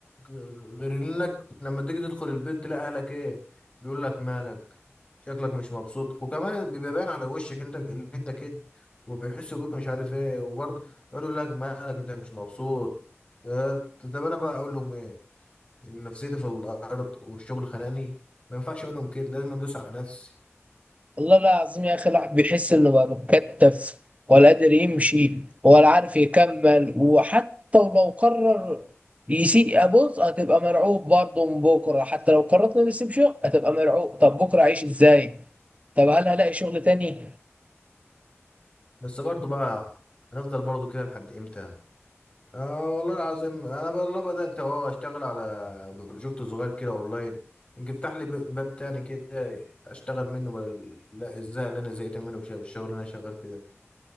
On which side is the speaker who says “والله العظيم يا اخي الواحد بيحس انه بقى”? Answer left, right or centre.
Right